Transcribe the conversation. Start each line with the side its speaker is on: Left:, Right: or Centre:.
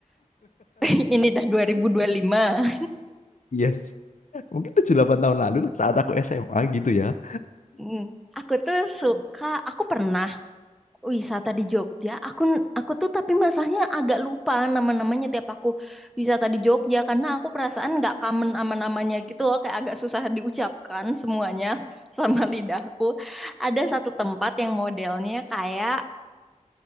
Centre: <laughs> Ini dah 2025.
Left: Yes. Mungkin tujuh delapan tahun lalu lah saat aku SMA gitu ya.
Centre: Hmm, Aku tuh suka, aku pernah wisata di Jogja. Aku aku tuh tapi masalahnya agak lupa nama-namanya tiap aku wisata di Jogja karena aku perasaan nggak common sama namanya gitu loh, kayak agak susah diucapkan semuanya <laughs> sama lidahku. Ada satu tempat yang modelnya kayak